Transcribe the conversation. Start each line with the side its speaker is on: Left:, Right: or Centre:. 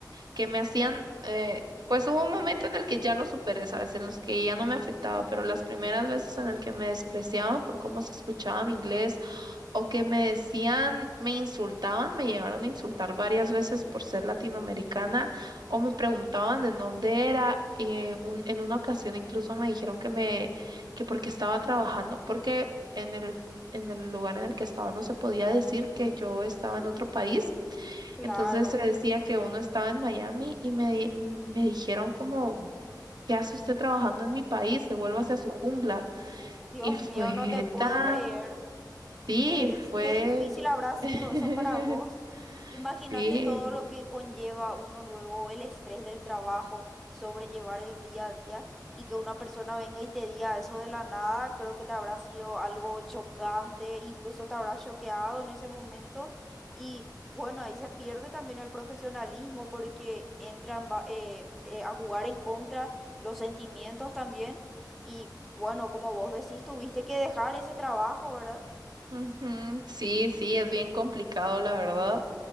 Right: que me hacían, eh, pues hubo un momento en el que ya lo superé, ¿sabes? En los que ya no me afectaba, pero las primeras veces en el que me despreciaban por cómo se escuchaba mi inglés o que me decían, me insultaban, me llegaron a insultar varias veces por ser latinoamericana o me preguntaban de dónde era. Y un- en una ocasión incluso me dijeron que me, que porque estaba trabajando, porque en el, en el lugar en el que estaba no se podía decir que yo estaba en otro país.
Centre: Claro,
Right: Entonces se decía que uno estaba en Miami y me, di- m- me dijeron como, ¿qué hace usted trabajando en mi país? Devuélvase a su jungla.
Centre: Dios
Right: Y fue
Centre: mío, no te puedo
Right: tan,
Centre: creer.
Right: sí,
Centre: Qué,
Right: fue,
Centre: qué difícil habrá sido
Right: <laughs>
Centre: eso para vos. Imagínate
Right: sí,
Centre: todo lo que conlleva uno luego el estrés del trabajo, sobrellevar el día a día y que una persona venga y te diga eso de la nada, creo que te habrá sido algo chocante, incluso te habrá choqueado en ese momento y bueno, ahí se pierde también el profesionalismo porque entran va- eh, eh, a jugar en contra los sentimientos también y bueno, como vos decís, tuviste que dejar ese trabajo, ¿verdad?
Right: ujú, Sí, sí, es bien complicado, la verdad.